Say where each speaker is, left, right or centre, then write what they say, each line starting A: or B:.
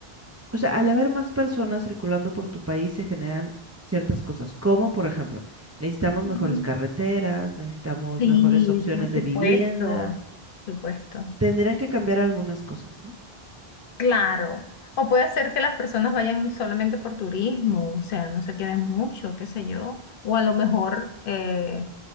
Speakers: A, on the right; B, on the left.
A: O sea, al haber más personas circulando por tu país se generan ciertas cosas, como por ejemplo, necesitamos
B: ujú.
A: mejores carreteras, necesitamos
B: Sí,
A: mejores opciones
B: por
A: de
B: supuesto,
A: vivienda,
B: por supuesto.
A: tendrían que cambiar algunas cosas, ¿no?
B: Claro. O puede ser que las personas vayan solamente por turismo, o sea, no se queden mucho, qué sé yo. O a lo mejor, eh,